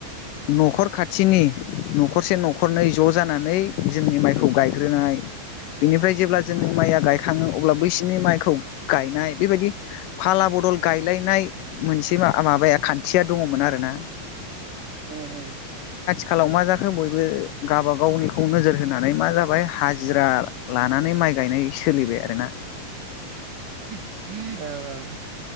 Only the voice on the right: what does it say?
औ औ
औ औ